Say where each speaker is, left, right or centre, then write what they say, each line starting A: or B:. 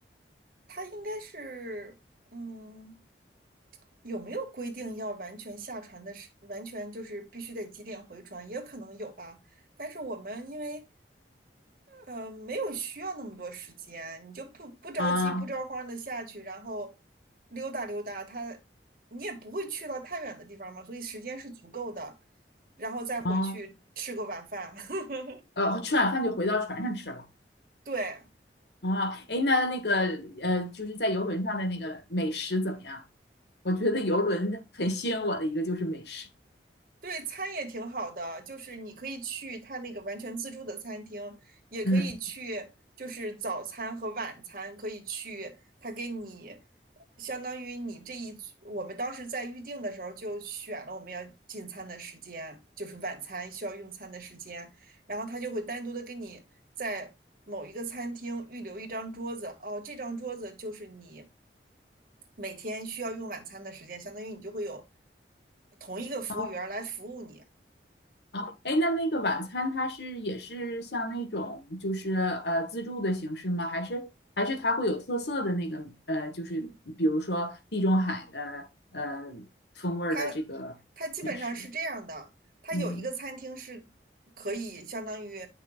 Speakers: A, on the right; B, on the left.
A: 他应该是，嗯，有没有规定要完全下船的时，完全就是必须得几点回船，也可能有吧。但是我们因为，呃，没有需要那么多时间，你就不不着急、
B: 啊、
A: 不着慌的下去，然后溜达溜达，他你也不会去到太远的地方嘛，所以时间是足够的，然后再回去吃个晚饭。
B: 啊，
A: <laughs>
B: 呃，吃晚饭就回到船上吃了。
A: 对，
B: 哦，哎，那那个呃，就是在游轮上的那个美食怎么样？我觉得游轮很吸引我的一个就是美食。
A: 对，餐也挺好的，就是你可以去他那个完全自助的餐厅，也可以去，
B: 嗯，
A: 就是早餐和晚餐可以去，他给你相当于你这一组我们当时在预定的时候就选了我们要进餐的时间，就是晚餐需要用餐的时间，然后他就会单独的跟你在某一个餐厅预留一张桌子，哦，这张桌子就是你每天需要用晚餐的时间，相当于你就会有同一个服务员来服务你，
B: 哦，哦，哎，那那个晚餐它是也是像那种就是呃自助的形式吗？还是还是它会有特色的那个呃，就是比如说地中海的呃风味儿的这个美食？
A: 它它基本上是这样的，它有一个餐厅是可以相当于，
B: 嗯